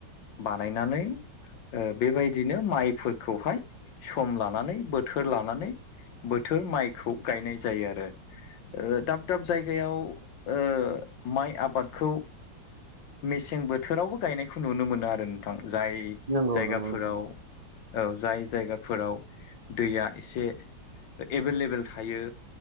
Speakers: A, on the left; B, on the right.
A: बानायनानै। ओ बेबायदिनो माइफोरखौहाय सम लानानै बोथोर लानानै। बोथोर माइखौ गायनाय जायो आरो ओ दाब दाब जायगायाव ओ माइ आबादखौ मेसें बोथोरावबो गायनायखौ नुनो मोनो आरो नोंथां। जाय
B: नंगौ
A: जायगाफोराव।
B: नंगौ नोंथां
A: औ जाय जायगाफोराव दैया एसे एभेलेबेल थायो।